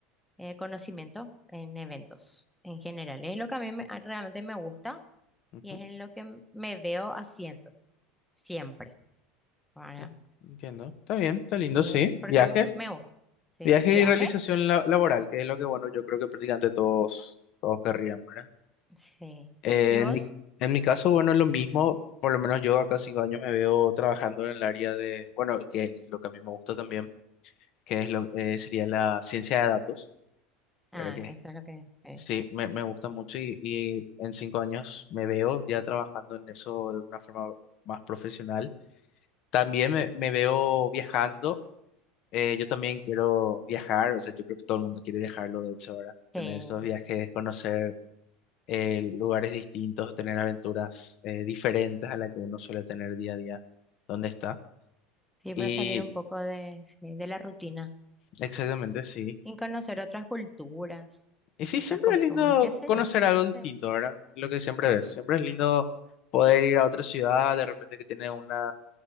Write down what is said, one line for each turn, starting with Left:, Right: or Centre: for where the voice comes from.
Centre: eh, conocimiento en eventos en general. Es lo que a mí me- a- realmente me gusta
Left: ujú,
Centre: y es en lo que m- me veo haciendo siempre, ¿verdad?
Left: en- Entiendo. Está bien, está lindo,
Centre: Sí,
Left: sí.
Centre: porque
Left: Viaje.
Centre: m- me gusta. Sí.
Left: Viaje
Centre: Viaje.
Left: y realización la- laboral, que es lo que, bueno, yo creo que prácticamente todos, todos querrían, ¿verdad?
Centre: Sí.
Left: Eh,
Centre: ¿Y vos?
Left: en mi, en mi caso, bueno, es lo mismo. Por lo menos yo acá cinco años me veo trabajando en el área de, bueno, que es lo que a mí me gusta también, que es lo, eh, sería la ciencia de datos,
Centre: Ah,
Left: ¿verdad? Que
Centre: eso es lo que... Sí.
Left: Sí, me, me gusta mucho y, y en cinco años me veo ya trabajando en eso de una forma más profesional. También me, me veo viajando. eh, yo también quiero viajar, o sea, yo creo que todo el mundo quiere viajarlo, de hecho, ahora. Tener
Centre: Sí.
Left: esos viajes, conocer eh, lugares distintos, tener aventuras eh, diferentes a las que uno suele tener día a día. ¿Dónde está?
Centre: Sí,
Left: Y
Centre: para salir un poco de, sí, de la rutina.
Left: exactamente, sí.
Centre: Y conocer otras culturas,
Left: Y sí,
Centre: otras
Left: siempre
Centre: costumbres,
Left: es lindo
Centre: qué sé
Left: conocer
Centre: yo.
Left: algo distinto,
Centre: Sí,
Left: ¿verdad? Lo que siempre ves. Siempre es lindo poder ir a otra ciudad, de repente que tiene una,